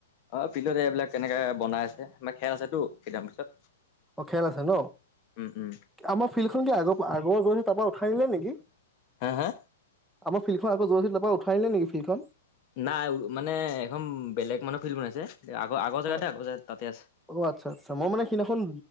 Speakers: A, on the left; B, in the centre.
A: অ' ফিল্ডত এইবিলাক তেনেকে বনাই আছে খেল আছেতো, কেইদিনমান পিছত।
B: অ' খেল আছে ন,
A: উম উম
B: আমাৰ ফিল্ডখন কি আগৰ আগৰ গৈ তাৰ পৰা উঠাই নিলে নেকি?
A: হা, হা।
B: আমাৰ ফিল্ডখন আগত য'ত আছিল, তাৰপৰা উঠাই নিলেনেকি ফিল্ডখন?
A: নাই মানে এখন বেলেগ মানুহ ফিল্ড বনাইছে আগৰ আগৰ জেগাতে
B: অ'
A: আগৰ জেগা তাতে আছে
B: অ' আচ্ছা, আচ্ছা। মই মানে সিদিনাখন